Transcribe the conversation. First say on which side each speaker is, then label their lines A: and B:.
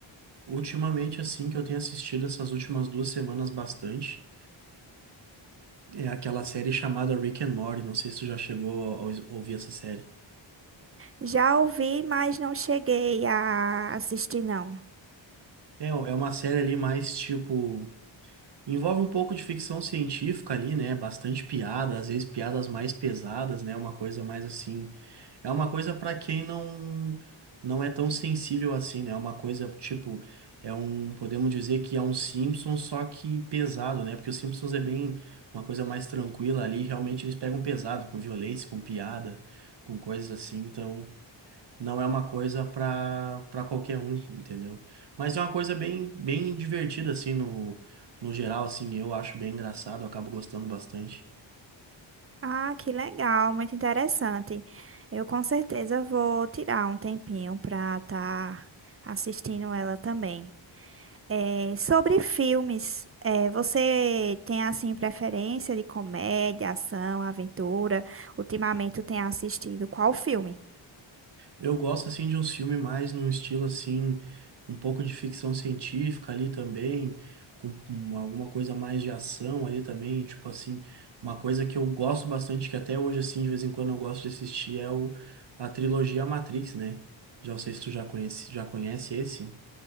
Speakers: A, on the right (about 60°); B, on the right (about 30°).
A: Ultimamente, assim, que eu tenho assistido essas últimas duas semanas bastante, é aquela série chamada Rick and Morty. Não sei se tu já chegou a, a ouvir essa série.
B: Já ouvi, mas não cheguei a assistir, não.
A: É, é uma série ali mais tipo. Envolve um pouco de ficção científica ali, né? Bastante piada, às vezes piadas mais pesadas, né? Uma coisa mais assim. É uma coisa para quem não não é tão sensível assim, né? É uma coisa tipo é um, podemos dizer que é um Simpsons só que pesado, né? Porque o Simpsons é bem uma coisa mais tranquila ali, realmente eles pegam pesado com violência, com piada, com coisas assim. Então, não é uma coisa para para qualquer um, entendeu? Mas é uma coisa bem bem divertida assim no no geral assim, eu acho bem engraçado, eu acabo gostando bastante.
B: Ah, que legal, muito interessante. Eu com certeza vou tirar um tempinho para estar assistindo ela também. É, sobre filmes, é, você tem assim preferência de comédia, ação, aventura? Ultimamente tu tem assistido qual filme?
A: Eu gosto assim de um filme mais num estilo assim, um pouco de ficção científica ali também, com, com alguma coisa mais de ação ali também, tipo assim, uma coisa que eu gosto bastante que até hoje assim de vez em quando eu gosto de assistir é o a trilogia Matrix, né? Já não sei se tu já conhece, já conhece esse.